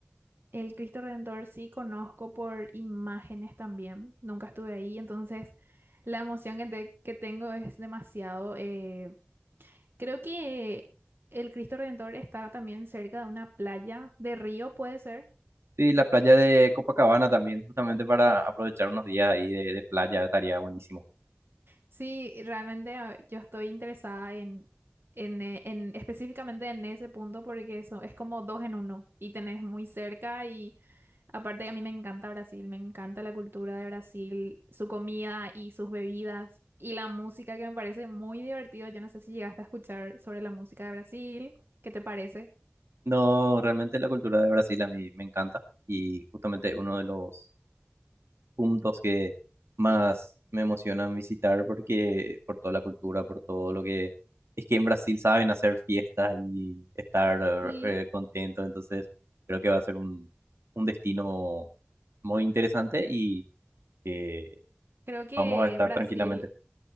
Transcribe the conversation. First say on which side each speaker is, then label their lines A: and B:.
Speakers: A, on the right; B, on the right.
A: El Cristo Redentor sí conozco por imágenes también. Nunca estuve ahí, entonces la emoción que, te- que tengo es demasiado. eh, creo que el Cristo Redentor está también cerca de una playa de río, puede ser.
B: Sí, la playa de Copacabana también, justamente para aprovechar unos días ahí de de playa estaría buenísimo.
A: Sí, realmente ah, yo estoy interesada en, en, eh, en- específicamente en ese punto porque eso es como dos en uno y tenés muy cerca Aparte, a mí me encanta Brasil, me encanta la cultura de Brasil, su comida y sus bebidas y la música que me parece muy divertido. Yo no sé si llegaste a escuchar sobre la música de Brasil, ¿qué te parece?
B: No, realmente la cultura de Brasil a mí me encanta y justamente uno de los puntos que más me emocionan visitar porque por toda la cultura, por todo lo que es que en Brasil saben hacer fiestas y estar
A: Sí,
B: eh, contentos, entonces creo que va a ser un, un destino muy interesante y que
A: Creo que
B: vamos a estar
A: Brasil
B: tranquilamente.